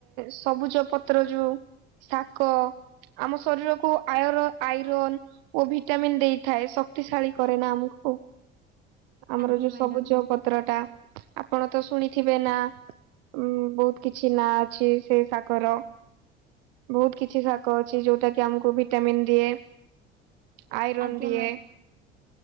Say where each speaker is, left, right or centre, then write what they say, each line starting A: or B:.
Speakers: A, on the right; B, on the right.
A: ସବୁଜ ପତ୍ର ଯୋଉ ଶାଗ ଆମ ଶରୀରକୁ ଆୟର ଆଇରନ୍ ଓ ଭିଟାମିନ ଦେଇଥାଏ ଶକ୍ତିଶାଳୀ କରେ ନା ଆମକୁ। ଆମର
B: ଆଜ୍ଞା
A: ଯୋଉ
B: ମ୍ୟାଡାମ
A: ସବୁଜ ପତ୍ର ଟା ଆପଣ ତ ଶୁଣି ଥିବେ ନା ଉଁ ବହୁତ କିଛି ନା ଅଛି ସେଇ ଶାଗର। ବହୁତ କିଛି ଶାଗ ଅଛି ଯୋଉଟା କି ଆମକୁ ଭିଟାମିିନ ଦିଏ। ଆଇରନ
B: ଆଜ୍ଞା
A: ଦିଏ।